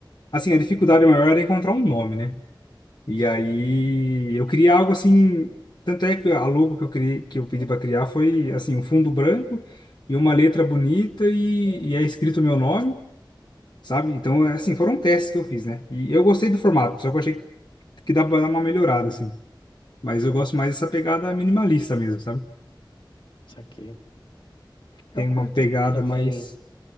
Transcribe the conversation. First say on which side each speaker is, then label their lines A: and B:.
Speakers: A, on the left (about 55°); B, on the left (about 70°).
A: Assim, a dificuldade maior era encontrar um nome, né? E aí eu queria algo assim. Tanto é que a logo que eu criei, que eu pedi para criar foi assim, um fundo branco e uma letra bonita e, e é escrito o meu nome, sabe? Então, é, assim, foram testes que eu fiz, né? E eu gostei do formato, só que eu achei que dá pra dar uma melhorada, assim. Mas eu gosto mais dessa pegada minimalista mesmo, sabe?
B: saquei.
A: Tem
B: Eu curto
A: uma pegada
B: também
A: mais.